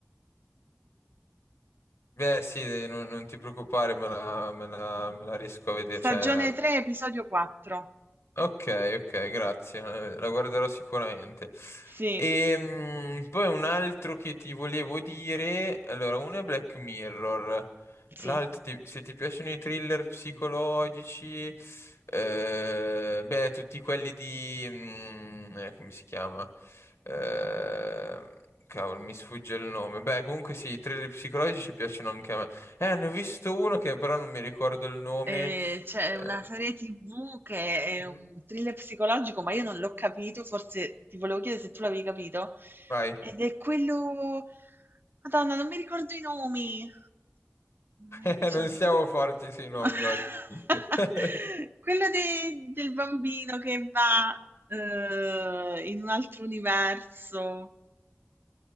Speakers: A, on the left; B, on the right.
A: Beh, sì, eh, non, non ti preoccupare, me la, me la- me la riesco a vedere.
B: Stagione
A: Cioè,
B: 3, episodio 4.
A: Ok, ok, grazie, eh, la guarderò sicuramente.
B: Sì,
A: E poi un altro che ti volevo dire, allora, uno è Black Mirror,
B: sì.
A: l'altro, ti- se ti piacciono i thriller psicologici, eh, beh, tutti quelli di, mm, eh, come si chiama? Eh, cavolo, mi sfugge il nome. Beh, comunque sì, i thriller psicologici piacciono anche a me. Eh, ne ho visto uno che però non mi ricordo il nome.
B: Ehm, c'è
A: eh,
B: una serie TV che è
A: Mm.
B: un thriller psicologico, ma io non l'ho capito, forse ti volevo chiedere se tu l'avevi capito.
A: vai.
B: Ed è quello... Madonna, non mi ricordo i nomi.
A: <laughs>
B: Mannaggia.
A: Eh, Non siamo forti sui nomi
B: <laughs>
A: oggi. <laughs>
B: Quello de- del bambino che va eh, in un altro universo.